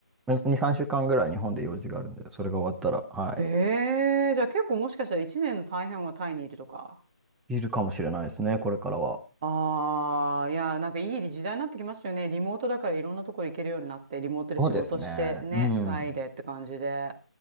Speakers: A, in the centre; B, on the right (about 20°).
A: 2、3週間ぐらい日本で用事があるんで、それが終わったら、はい。
B: へえ、じゃあ結構もしかしたら1年の大半はタイにいるとか。
A: いるかもしれないですね、これからは。
B: ああ、いや、なんかいい時代になってきましたよね。リモートだからいろんなところ行けるようになって、リモートで仕事して、
A: そうですね。
B: ね、
A: うん。
B: タイでって感じで。